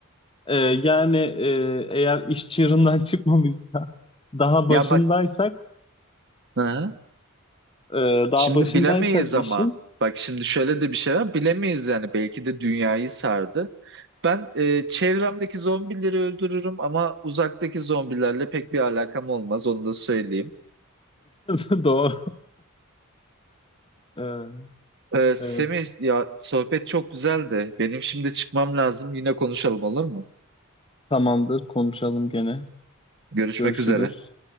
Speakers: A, on the left; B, on the right.
A: ee, yani e, eğer iş çığırından <laughs> çıkmamışsa daha
B: Ya
A: başındaysak
B: bak aha.
A: e, daha
B: Şimdi
A: başındaysak
B: bilemeyiz ama
A: işin
B: bak şimdi şöyle de bir şey var. Bilemeyiz yani belki de dünyayı sardı. Ben e, çevremdeki zombileri öldürürüm ama uzaktaki zombilerle pek bir alakam olmaz onu da söyleyeyim.
A: <laughs> doğru. Ee,
B: E, Semih
A: evet
B: ya sohbet çok güzeldi. Benim şimdi çıkmam lazım. Yine konuşalım olur mu?
A: tamamdır konuşalım gene.
B: Görüşmek
A: Görüşürüz.
B: üzere.